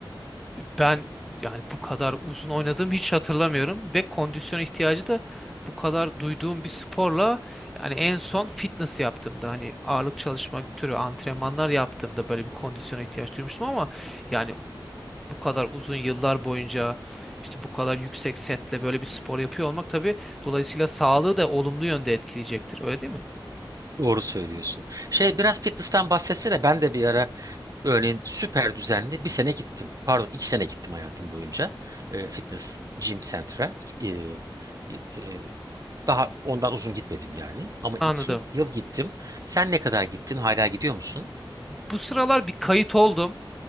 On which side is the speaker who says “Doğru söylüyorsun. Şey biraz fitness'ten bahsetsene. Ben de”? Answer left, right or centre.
Right